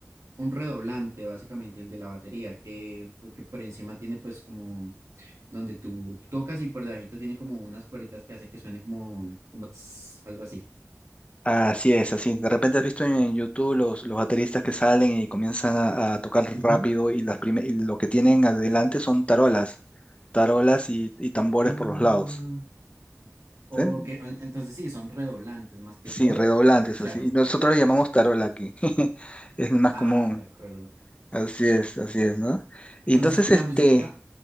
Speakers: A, on the right (about 80°); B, on the left (about 25°).
A: un redoblante, básicamente, el de la batería, que, que por encima tiene pues como... donde tú tocas y por debajito tiene como unas cueritas que hace que suene como, como tss, algo así.
B: Así es, así. De repente has visto en en YouTube los, los bateristas que salen y comienzan a, a tocar
A: Ujú.
B: rápido y, las prime- y lo que tienen adelante son tarolas, tarolas y, y tambores
A: Ah,
B: por los lados.
A: ok.
B: ¿Sí?
A: en- Entonces sí, son redoblantes más que
B: Sí,
A: todo.
B: redoblantes,
A: Ah, Claro.
B: así. Y nosotros le llamamos tarola aquí. <laughs> Es más
A: Ah,
B: común.
A: de acuerdo.
B: Así es, así es, ¿no?
A: Entonces
B: Y entonces,
A: la
B: este,
A: música,